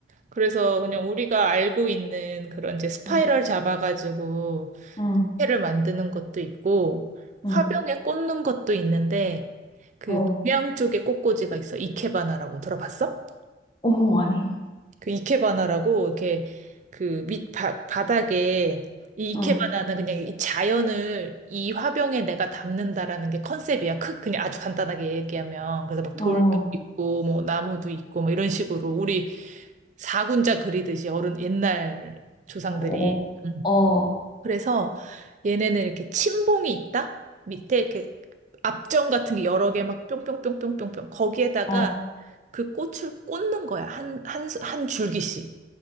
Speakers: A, on the right; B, on the left.
A: 그래서 그냥 우리가 알고 있는 그런 이제 스파이럴
B: 응,
A: 잡아가지고
B: 응,
A: 회를 만드는 것도 있고 화병에
B: 응.
A: 꽂는 것도 있는데 그
B: 어,
A: 동양 쪽에 꽃꽂이가 있어. 이케바나라고 들어봤어?
B: 어, 아니.
A: 그 이케바나라고 이렇게 그 밑 바닥에 이 이케바나는
B: 응,
A: 그냥 이 자연을 이 화병에 내가 담는다라는 게 컨셉이야. 크 그냥 아주 간단하게 얘기하면 그래서 막 돌도
B: 어,
A: 있고 뭐 나무도 있고 뭐 이런 식으로 우리 사군자 그리듯이 어른 옛날 조상들이
B: 어,
A: 음.
B: 어,
A: 그래서 얘네는 이렇게 침봉이 있다 밑에 이렇게 압정 같은 게 여러 개 막 뿅뿅뿅뿅뿅뿅 거기에다가
B: 어.
A: 그 꽃을 꽂는 거야 한 한 한 줄기씩.